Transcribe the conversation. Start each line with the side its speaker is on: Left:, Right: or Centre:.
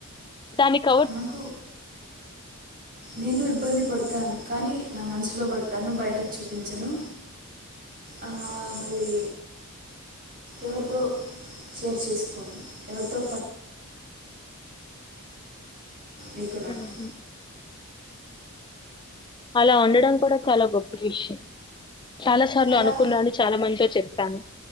Left: దానికి
Right: నాకు నేను ఇబ్బంది పడతాను కానీ నా మనసులో పడతాను బయటకు చూపించను ఆ, మళ్ళీ ఎవరితో షేర్ చేసుకోని ఎవరితో నీకు
Left: <unintelligible>
Right: నాకు
Left: అలా ఉండడం కూడా చాలా గొప్ప విషయం చాలా సార్లు
Right: అలా
Left: అనుకున్నాని చాలా మందితో చెప్ పే